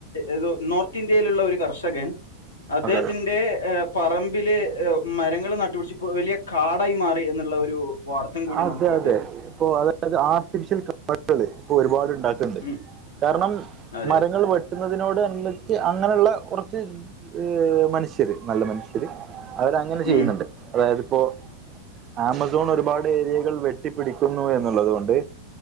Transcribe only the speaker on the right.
അതെ
അതെ
അതെ ഇപ്പൊ അതായത് ആർട്ടിഫിഷ്യൽ കാടുകള് ഇപ്പൊ ഒരുപാട് ഉണ്ടാക്ക ണ്ട്
കാരണം
മരങ്ങൾ വെട്ട വെട്ടുന്നതിനോട് എന്നിട്ട് അങ്ങനെയുള്ള കുറച്ച് മനു മനുഷ്യര് നല്ല മനുഷ്യര് അവരങ്ങനെ ചെയ്യുന്നുണ്ട്
അതായത് ഇപ്പോ ആമസോൺ ഒരുപാട് <unintelligible> വെട്ടിപ്പിടിക്കുന്നു എന്നുള്ളതുക കൊണ്ട്